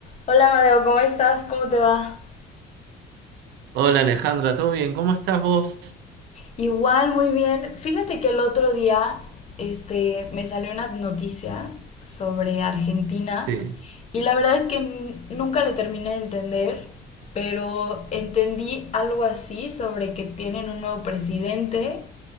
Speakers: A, on the left (about 40°); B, on the right (about 80°).
A: Hola Madeo, ¿cómo estás? ¿Cómo te va?
B: Hola Alejandra, ¿todo bien? ¿Cómo estás vos?
A: Igual, muy bien. Fíjate que el otro día, este, me salió una noticia sobre Argentina
B: Sí,
A: y la verdad es que n- nunca le terminé de entender, pero entendí algo así sobre que tienen un nuevo presidente